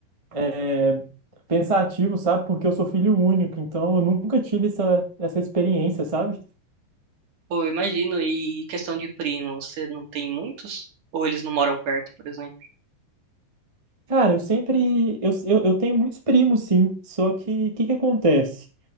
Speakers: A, on the right (about 15°); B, on the right (about 65°).
A: é, pensativo, sabe? Porque eu sou filho único, então eu nunca tive essa, essa experiência, sabe?
B: pô, eu imagino, e questão de primo, você não tem muitos? Ou eles não moram perto, por exemplo?
A: Cara, eu sempre. Eu, eu, eu tenho muitos primos, sim. Só que o que, que acontece?